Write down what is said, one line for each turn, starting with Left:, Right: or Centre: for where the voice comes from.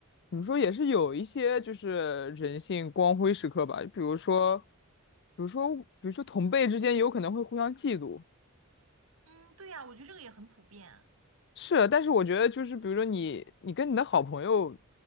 Left: 怎么说也是有一些就是人性光辉时刻吧，比如说，比如说，比如说同辈之间有可能会互相嫉妒，
Right: 嗯，对呀，我觉得这个也很普遍。
Left: 是，但是我觉得就是比如说你你跟你的好朋友